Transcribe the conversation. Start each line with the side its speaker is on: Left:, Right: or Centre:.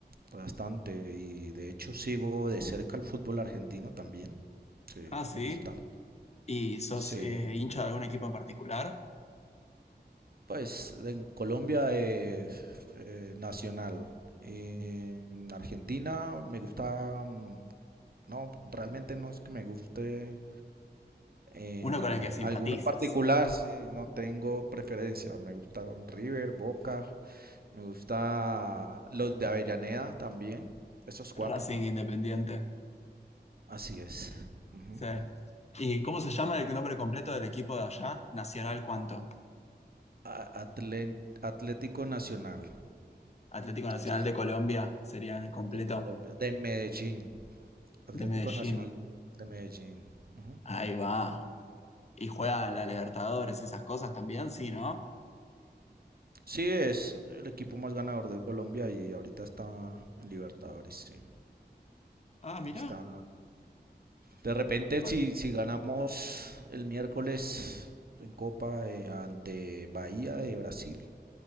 Right: bastante. Y de hecho sigo de cerca el fútbol argentino también. Sí,
Left: Ah, sí.
Right: me gusta.
Left: ¿Y sos
Right: Sí,
Left: eh, hincha de algún equipo en particular?
Right: pues en Colombia es eh, nacional. En Argentina me gusta, mm, no, realmente no es que me guste eh,
Left: Uno con el que simpatices.
Right: alguno en particular, sí, no tengo preferencia. Me gusta River, Boca, Me gusta los de Avellaneda también. Esos cuatro.
Left: Racing Independiente.
Right: Así es. Ujú.
Left: Sí. ¿Y cómo se llama el nombre completo del equipo de allá? Nacional, ¿cuánto?
Right: A- Atlen- Atlético Nacional.
Left: Atlético
Right: Entonces,
Left: Nacional de Colombia sería el completo.
Right: de Colombia. De Medellín. Atlético
Left: de Medellín.
Right: Nacional de Medellín. Ujú.
Left: Ahí va. Y juega en la Libertadores, y esas cosas también, sí, ¿no?
Right: Sí, es el equipo más ganador de Colombia y ahorita está en Libertadores, sí.
Left: Ah, mirá,
Right: Está... De repente,
Left: con
Right: si, si ganamos el miércoles en Copa eh, ante Bahía de Brasil,